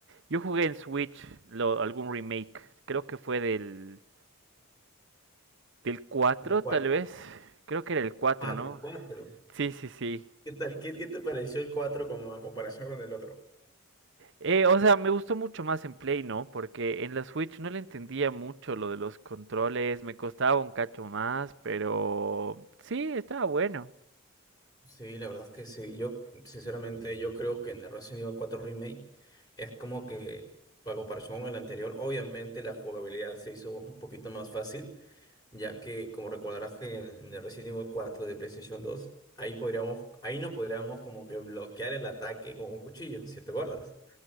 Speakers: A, on the right; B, on the left.
A: Yo jugué en Switch lo- algún remake, creo que fue del, del 4,
B: ¿De cuál?
A: tal vez. Creo que era el cuatro,
B: Ah,
A: ¿no?
B: del 4.
A: Sí, sí, sí.
B: ¿Qué tal? ¿Qué, qué te pareció el 4 como a comparación con el otro?
A: Eh, o sea, me gustó mucho más en Play, ¿no? Porque en la Switch no le entendía mucho lo de los controles, me costaba un cacho más, pero sí, estaba bueno.
B: Sí, la verdad es que sí. Yo, sinceramente, yo creo que en el Resident Evil cuatro Remake es como que, a comparación con el anterior, obviamente la jugabilidad se hizo un poquito más fácil. ya que como recordarás que en el Resident Evil 4 de PlayStation 2, ahí podríamos, ahí no podríamos como que bloquear el ataque con un cuchillo, si te acuerdas.